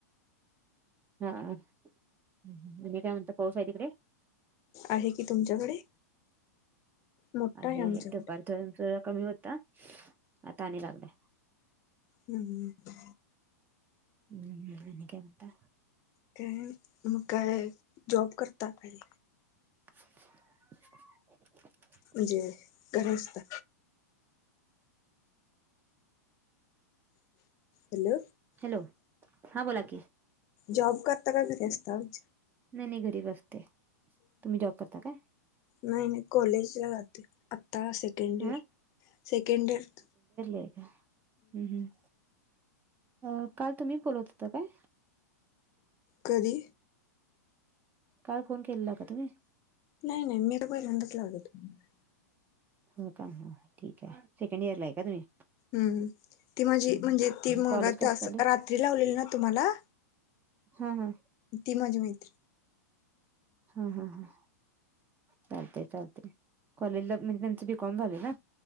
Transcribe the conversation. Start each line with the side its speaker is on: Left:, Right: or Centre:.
Right: हा आणि काय म्हणता पाऊस आहे तिकडे?
Left: आहे की, तुमच्याकडे? मोठा
Right: आहे
Left: आमच्याकडे
Right: आहे दुपारी थोड कमी होता आता आणि लागलाय.
Left: हम् हम.
Right: हम्म म आणि काय म्हणता?
Left: काय नाही म काय जॉब करता काय?
Right: <inaudible>
Left: म्हणजे घरी असता. हॅलो.
Right: हॅलो हा बोला की.
Left: जॉब करता का घरी असता वी
Right: नाही नाही घरी ब असते तुम्ही जॉब करता काय?
Left: नाही नाही कॉलेजला जाते आत्ता सेकंड इयर.
Right: हा
Left: सेकंडडेर्थ.
Right: होय काय हम हम अ काल तुम्ही बोलत होता काय?
Left: कधी?
Right: काल फोन केलेला का तुम्ही?
Left: नाही नाही मी तर पहिलंदच लावले तुम्हाला.
Right: हो का ह ठीक आहे सेकंड ईयर लाय का तुमही?
Left: हम् ती माझी म्हणजे ती मग
Right: कॉलेज
Left: ती
Right: कसं
Left: अस
Right: चालू आहे
Left: रात्री लावलेली ना तुम्हाला
Right: हा हा.
Left: ती माझी मैत्रीण.
Right: हा हां हा. चालतंय चालतंय कॉलेजला म्हणजे त्यांच बी कॉम झालय ना?